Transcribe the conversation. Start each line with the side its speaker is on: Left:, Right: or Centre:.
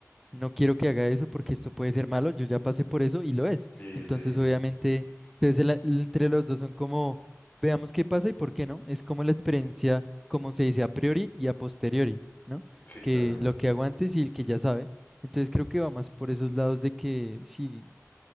Centre: no quiero que haga eso porque esto puede ser malo, yo ya pasé por eso y lo es.
Left: sí,
Centre: Entonces,
Left: sí,
Centre: obviamente, entonces el- el- entre los dos son como, veamos qué pasa y por qué no. Es como la experiencia, como se dice a priori y a posteriori, ¿no?
Left: sí,
Centre: Que
Left: claro.
Centre: lo que hago antes y el que ya sabe. Entonces creo que va más por esos lados de que sí,